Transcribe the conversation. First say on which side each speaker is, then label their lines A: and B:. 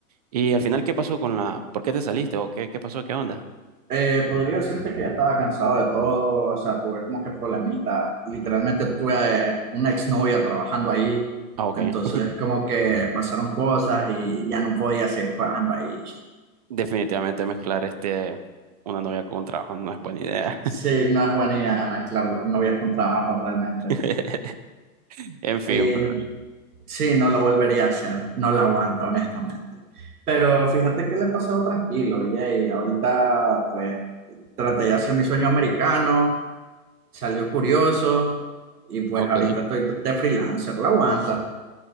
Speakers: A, on the right; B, on the right.
A: Y al final, ¿qué pasó con la... ¿Por qué te saliste? ¿O qué, qué pasó? ¿Qué onda?
B: Eh, podría decirte que ya estaba cansado de todo, o sea, tuve como que problemitas. Literalmente tuve eh, una exnovia trabajando ahí.
A: Ah, ok.
B: Entonces,
A: <laughs>
B: como que pasaron cosas y ya no podía seguir trabajando ahí.
A: Definitivamente mezclar este... una novia con un trabajo no es buena idea.
B: Sí, no es buena idea mezclar novias con trabajo realmente.
A: <laughs> En fin,
B: Eh,
A: bro.
B: sí, no lo volvería a hacer, no lo aguanta, honestamente. Pero fíjate que le he pasado tranquilo, y ahorita pues traté de hacer mi sueño americano, salió curioso y pues
A: Ok.
B: ahorita estoy de freelancer, la aguanta,